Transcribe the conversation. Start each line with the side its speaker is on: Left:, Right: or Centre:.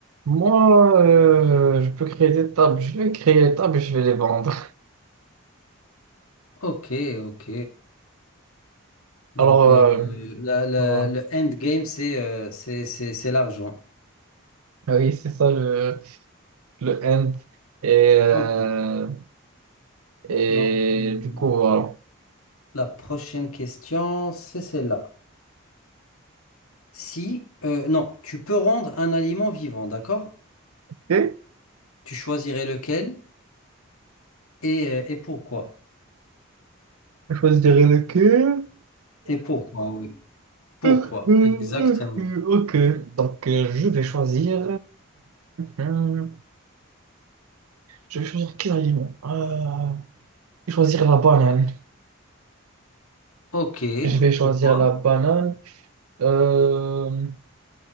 Right: Moi, euh, je peux créer des tables. Je vais créer des tables et je vais les vendre.
Left: Ok, ok.
Right: <laughs>
Left: Donc,
Right: Alors, euh,
Left: euh, la- la-
Right: voilà.
Left: le endgame, c'est euh, c'est c'est- c'est l'argent.
Right: Ah Oui, c'est ça le, le end. Et, euh,
Left: Ok.
Right: et
Left: Donc, Mm.
Right: du coup, voilà.
Left: la prochaine question, c'est celle-là. Si, euh, non, tu peux rendre un aliment vivant, d'accord?
Right: Ok,
Left: Tu choisirais lequel et, euh, et pourquoi?
Right: je choisirai lequel.
Left: Et pourquoi, oui. Pourquoi?
Right: Hum, hum,
Left: Exactement.
Right: hum, hum. Ok, donc euh, je vais choisir. euh, Je vais choisir quel aliment? Euh, je vais choisir la banane.
Left: Ok,
Right: Je vais choisir
Left: pourquoi?
Right: la banane. Euh,